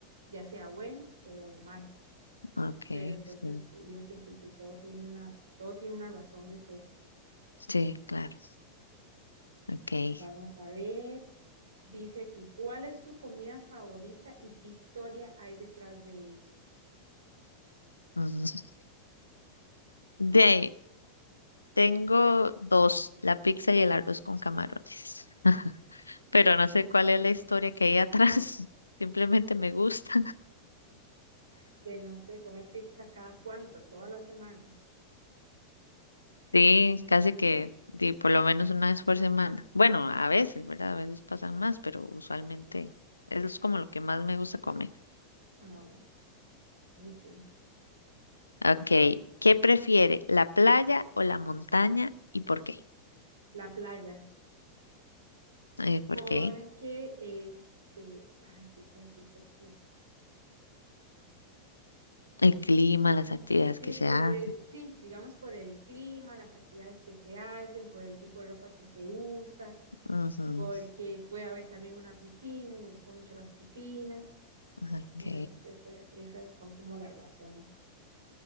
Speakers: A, on the right; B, on the left.
A: ya sea bueno o malo.
B: Okay,
A: Pero entonces
B: sí.
A: digo que sí, que todo tiene una, todo tiene una razón de ser.
B: Sí, claro. Okay.
A: Vamos a ver. Dice aquí, ¿cuál es tu comida favorita y qué historia hay detrás de ella?
B: ujú. De ahí, tengo dos, la pizza y el arroz con camarones.
A: <laughs>
B: Pero no sé cuál es la historia que hay atrás. <laughs> Simplemente me gusta.
A: de no sé, comer pizza cada cuánto, todas las semanas.
B: Sí, casi que di, por lo menos una vez por semana. Bueno, a veces, ¿verdad? A veces pasan más, pero usualmente eso es como lo que más me gusta comer.
A: Ah, pues, sí, sí.
B: Ok, ¿qué prefiere, la playa o la montaña y por qué?
A: La playa.
B: Eh, ¿por
A: Porque,
B: qué?
A: este, ay, ¿qué puedo decir? ¿Por qué?
B: El clima, las actividades
A: Sí,
B: que se
A: por
B: hacen.
A: el- sí, digamos por el clima, las actividades que se hacen, por el tipo de ropa que se usa,
B: Ujú,
A: porque puede haber también una piscina y me gustan mucho las piscinas.
B: Ok,
A: Entonces, ese- esas son como las razones.